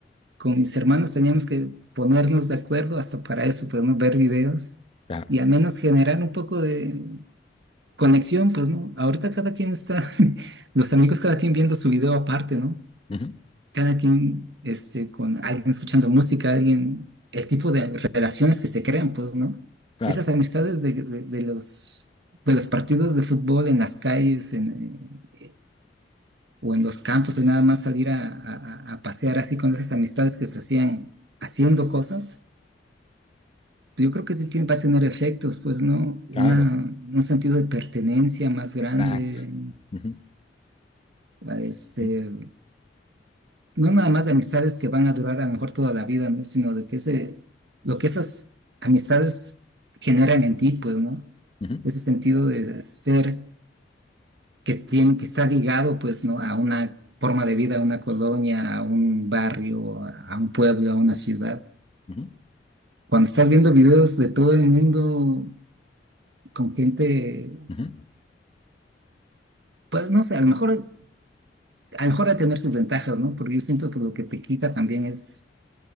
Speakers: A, on the right (about 70°); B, on the left (about 35°).
A: con mis hermanos teníamos que ponernos de acuerdo hasta para eso, pues, ¿no? Ver videos
B: Claro,
A: y al menos generar un poco de conexión, pues, ¿no? Ahorita cada quien está, <laughs> los amigos cada quien viendo su video aparte, ¿no?
B: Ujú,
A: Cada quien, este, con alguien escuchando música, alguien, el tipo de relaciones que se crean, pues, ¿no?
B: claro,
A: Esas amistades de, de- de los, de los partidos de fútbol en las calles, en, eh, o en los campos, de nada más salir a, a a- a pasear así con esas amistades que se hacían haciendo cosas Yo creo que sí tiene- va a tener efectos, pues, ¿no? Una,
B: claro,
A: un sentido de pertenencia más grande,
B: exacto. ujú,
A: este,
B: ujú,
A: no nada más de amistades que van a durar a lo mejor toda la vida, ¿no? Sino de que ese, lo que esas amistades generan en ti, pues, ¿no?
B: ujú,
A: Ese sentido de ser que tiene, que está ligado, pues, ¿no? A una forma de vida, a una colonia, a un barrio, a a un pueblo, a una ciudad.
B: ujú,
A: Cuando estás viendo videos de todo el mundo con gente
B: ujú.
A: pues no sé, a lo mejor a lo mejor a tener sus ventajas, ¿no? Porque yo siento que lo que te quita también es